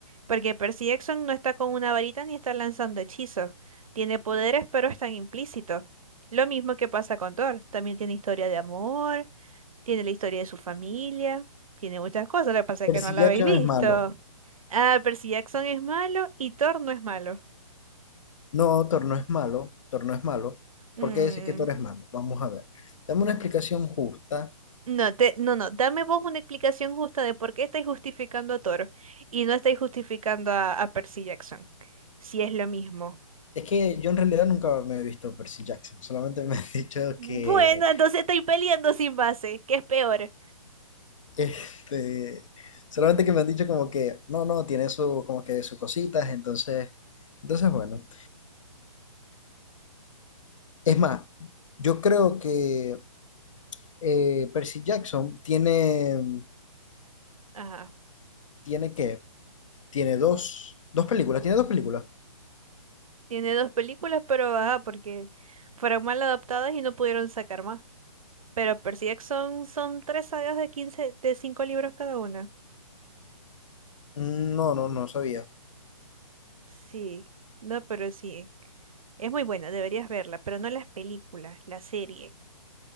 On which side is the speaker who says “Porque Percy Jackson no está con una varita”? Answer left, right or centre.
Right